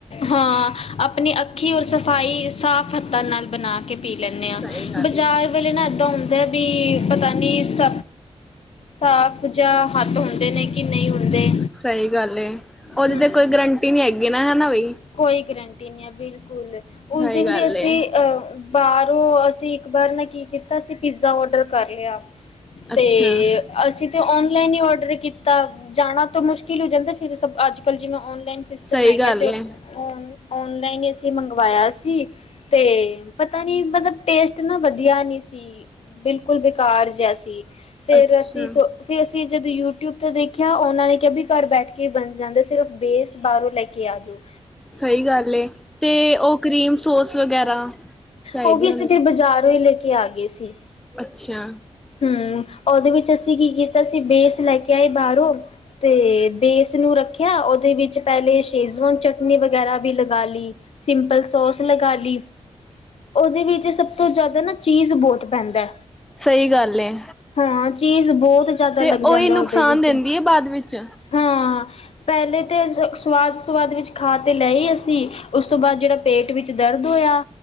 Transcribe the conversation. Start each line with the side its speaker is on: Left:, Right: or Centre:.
Left: ਹਾਂ ਆਪਣੀ ਅੱਖੀਂ ਔਰ ਸਫਾਈ ਸਾਫ ਹੱਥਾਂ ਨਾਲ ਬਣਾ ਕੇ ਪੀ ਲੈਂਣੇ
Centre: ਸਹੀ
Left: ਹਾਂ।
Centre: ਗੱਲ
Left: ਬਾਜ਼ਾਰ
Centre: ਏ।
Left: ਵਾਲੇ ਨਾ ਇਦਾ ਵੀ ਪਤਾ ਨੀ ਸ ਸਾਫ਼ ਜਾਂ ਹੱਥ ਹੁੰਦੇ ਨੇ ਕਿ ਨਹੀਂ ਹੁੰਦੇ
Centre: ਸਹੀ ਗੱਲ ਏ ਉਹਦੀ
Left: ਹਮ
Centre: ਤੇ ਕੋਈ ਗਰੰਟੀ ਨਹੀਂ ਹੈਗੀ। ਹਨਾ ਬਾਈ।
Left: ਕੋਈ ਗਰੰਟੀ ਆ ਬਿਲਕੁਲ
Centre: ਸਹੀ
Left: ਉਸ ਦਿਨ
Centre: ਗੱਲ
Left: ਵੀ ਅਸੀਂ
Centre: ਏ।
Left: ਅਹ ਬਾਹਰੋਂ ਅਸੀਂ ਅਕਬਰ ਨੇ ਕੀ ਕੀਤਾ ਸੀ ਪੀਜ਼ਾ ਔਡਰ ਕਰ ਲਿਆ
Centre: ਅੱਛਾ
Left: ਤੇ ਅਸੀਂ ਤੇ ਔਨਲਾਈਨ ਹੀ ਔਡਰ ਕੀਤਾ ਜਾਣਾ ਤਾਂ ਮੁਸ਼ਕਿਲ ਹੋ ਜਾਂਦਾ ਫਿਰ ਸਭ ਅੱਜ -ਕੱਲ ਜਿਵੇਂ ਔਨ ਨ ਸਿਸਟਮ
Centre: ਸਹੀ
Left: ਹੈਗਾ
Centre: ਗੱਲ
Left: ਤੇ
Centre: ਏ
Left: ਹੁਣ ਆ ਔਨਲਾਈਨ ਅਸੀ ਮੰਗਵਾਇਆ ਸੀ ਤੇ ਪਤਾ ਨੀ ਮਤਲਬ ਟੇਸਟ ਨਾ ਵਧੀਆ ਨੀ ਸੀ, ਬਿਲਕੁਲ ਬੇਕਾਰ ਜਿਹਾ ਸੀ। ਫੇਰ
Centre: ਅੱਛਾ
Left: ਅਸੀਂ ਸੋ ਫਰ ਅਸੀਂ ਜਦੋਂ ਯੂਟਿਊਬ ਤੇ ਦੇਖਿਆ ਉਹਨਾਂ ਨੇ ਕਿਹਾ ਵੀ ਘਰ ਬੈਠ ਕੇ ਹੀ ਬਣ ਜਾਂਦਾ, ਸਿਰਫ਼ ਬੇਸ ਬਾਹਰੋਂ ਲੈ ਕੇ ਆ ਜੋ।
Centre: ਸਹੀ ਗੱਲ ਏ ਤੇ ਉਹ ਕਰੀਮ ਸੋਸ ਵਗੈਰਾ ਚਾਹੀਦੀ
Left: ਉਹ ਵੀ ਅਸੀਂ ਫਿਰ ਬਾਜ਼ਾਰੋ ਈ ਲੈ ਕੇ ਆ ਗਏ ਸੀ।
Centre: ਅੱਛਾ,
Left: ਹੂੰ ਉਹਦੇ ਵਿੱਚ ਅਸੀਂ ਕੀ ਕੀਤਾ ਸੀ ਬੇਸ ਲੈ ਕੇ ਆਏ ਬਾਹਰੋਂ ਤੇ ਬੇਸ ਨੂੰ ਰੱਖਿਆ, ਉਹਦੇ ਵਿੱਚ ਪਹਿਲੇ ਸ਼ੇਜ਼ਵਾਨ ਚਟਨੀ ਵਗੈਰਾ ਵੀ ਲਗਾ ਲੀ, ਸਿੰਪਲ ਸੋਸ ਲਗਾ ਲੀ। ਉਹਦੇ ਵਿੱਚ ਸਭ ਤੋਂ ਜ਼ਿਆਦਾ ਨਾ ਚੀਜ਼ ਬਹੁਤ ਪੈਂਦਾ
Centre: ਸਹੀ ਗੱਲ ਏ
Left: ਹਾਂ। ਚੀਜ਼ ਬਹੁਤ ਜ਼ਿਆਦਾ
Centre: ਤੇ
Left: ਲੱਗ
Centre: ਉਹੀ
Left: ਜਾਂਦਾ
Centre: ਨੁਕਸਾਨ
Left: ਉਹਦੇ ਵਿੱਚ
Centre: ਦਿੰਦੀ ਐ, ਬਾਅਦ ਵਿੱਚ
Left: ਹਾਂ। ਪਹਿਲੇ ਤਾਂ ਸਵਾਦ ਸੁਵਾਦ ਵਿੱਚ ਖਾ ਤੇ ਲਏ ਹੀ ਅਸੀਂ ਉਸ ਤੋਂ ਬਾਅਦ ਜਿਹੜਾ ਪੇਟ ਵਿੱਚ ਦਰਦ ਹੋਇਆ